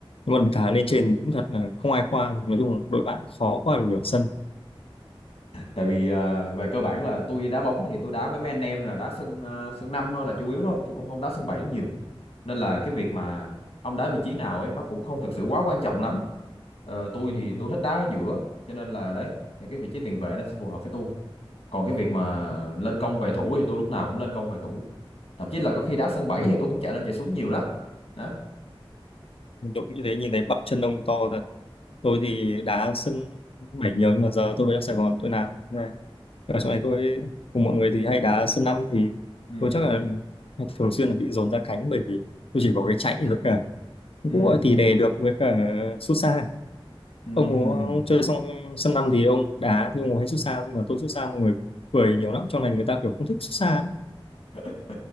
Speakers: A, on the left; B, on the left.
A: nhưng mà đá lên trên thì cũng thật là không ai qua, nói chung là đội bạn khó qua được nửa sân.
B: tại vì ờ, về cơ bản là tôi đá bóng thì tôi đá với mấy anh em là đá sân ờ, sân năm thôi là chủ yếu thôi chứ cũng không đá sân bảy nhiều nên là cái việc mà ông đá vị trí nào ấy nó cũng không thực sự quá quan trọng lắm Ờ, tôi
A: Ừ.
B: thì tôi thích đá ở giữa cho nên là đấy thì cái vị trí tiền vệ nó sẽ phù hợp với tôi còn cái việc mà
A: Ừ.
B: lên công về thủ thì tôi lúc nào cũng lên công về thủ thậm chí là có khi đá sân bảy
A: Ừ.
B: thì tôi cũng chạy lên chạy xuống nhiều lắm đó
A: Đội như thế nhìn thấy bắp chân ông to thật. tôi thì đá sân bảy nhiều nhưng mà giờ tôi về trong Sài Gòn tôi làm như này ở trong này tôi cùng mọi người thì hay đá sân năm thì
B: ừ
A: tôi chắc là thường xuyên là bị dồn ra cánh bởi vì tôi chỉ có cái chạy rồi cả
B: ừ
A: cũng gọi thì đè được với cả sút xa
B: ừ
A: ông có chơi xong sân năm thì ông đá thì ông có hay sút xa nhưng mà tôi sút xa mọi người cười nhiều lắm trong này người ta kiểu không thích sút xa lắm.
B: <laughs>